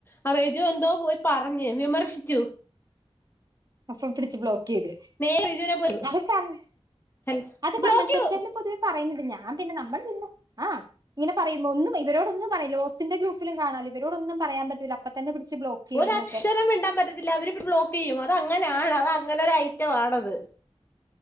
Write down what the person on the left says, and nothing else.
ആ റിജു എന്തോ പോയി പറഞ്ഞ് വിമർശിച്ചു
നേരെ റിജുവിനെ പോയി
അല്ല
ബ്ലോക്ക്
ചെയ്തു
ഒരക്ഷരം
മിണ്ടാൻ പറ്റത്തില്ല അവര് ബ്ലോക്കെയ്യും അത അങ്ങനാണ് അത അങ്ങനെ ഒരു ഐറ്റംവാണത്